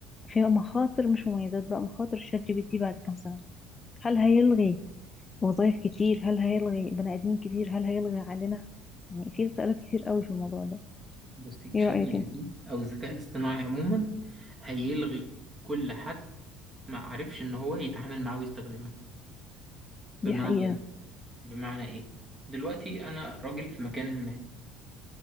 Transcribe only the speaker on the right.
بصي
شات
جي بي
تي أو الذكاء الاصطناعي عموما هيلغي كل حد ما عرفش إن هو يتعامل معاه ويستخدمه بمعنى
ايه بمعنى ايه دلوقتي أنا راجل في مكان ما